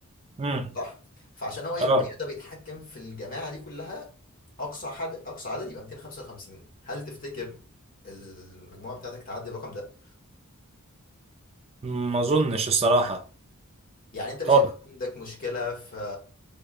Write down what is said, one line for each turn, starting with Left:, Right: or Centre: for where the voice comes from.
Right: امم
Left: صح فعشان هو يبقى
Right: اه
Left: يقدر يتحكم في الجماعه دي كلها اقصى حد اقصى عدد يبقى 255 هل تفتكر المجموعه بتاعتك تعدي الرقم ده
Right: ما اظنش الصراحه
Left: يعني انت مش
Right: خالص
Left: هيبقى عندك مشكله في